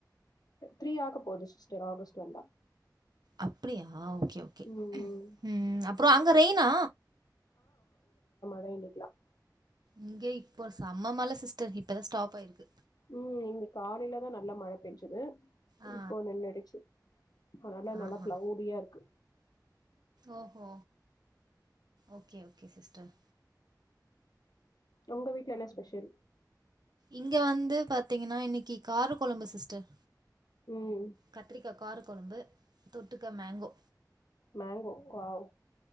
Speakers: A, on the left (about 60°); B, on the right (about 70°).
A: த்ரீ ஆக போகுது சிஸ்டர் ஆகஸ்ட் வந்தா
B: அப்படியா ஓகே ஓகே
A: ம்
B: உம் அப்புறம் அங்க ரெய்னா
A: பயணிக்கலாம்
B: இங்கே இப்போ செம மழை சிஸ்டர் இப்பதான் ஸ்டாப் ஆயிருக்கு
A: உம் இங்க காலையிலதான் நல்லா மழை பெஞ்சது
B: ஆ
A: இப்ப நின்னுடுச்சு அதனால நல்லா
B: ஆஹா
A: க்ளௌடியா‌ இருக்கு
B: ஓஹோ ஓகே ஓகே சிஸ்டர்
A: உங்க வீட்ல என்ன ஸ்பெஷல்
B: இங்க வந்து பாத்தீங்கன்னா இன்னைக்கு கார குழம்பு சிஸ்டர்
A: உம்
B: கத்திரிக்கா கார கொழம்பு தொட்டுக்க மேங்கோ
A: மேங்கோ வாவ்